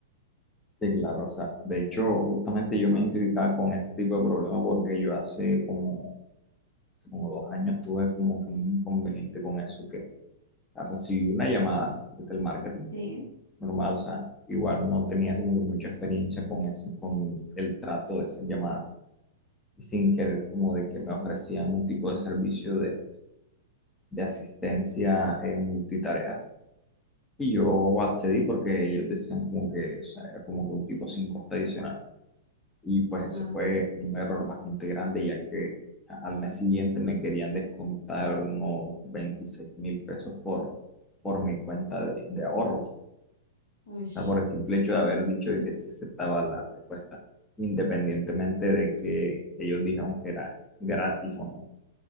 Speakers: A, on the left (about 15°); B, on the left (about 65°).
A: Sí, claro, o sea, de hecho, justamente yo me identificaba con este tipo de problemas porque yo hace como, como dos años tuve como que un inconveniente con eso, que o sea, recibí una llamada desde el marketing
B: Sí.
A: normal, o sea, igual no tenía como que mucha experiencia con ese con el trato de esas llamadas, y sin querer como de que me ofrecían un tipo de servicio de, de asistencia en multitareas, y yo accedí porque ellos decían como que, o sea, era como que un tipo sin costo adicional. Y pues
B: Claro,
A: ese fue un error bastante grande, ya que al mes siguiente me querían descontar unos veintiséis mil pesos por, por mi cuenta de, de ahorros, o
B: uy,
A: sea, por el simple hecho de haber dicho de que sí aceptaba la propuesta, independientemente de que ellos dijeron que era gratis o no.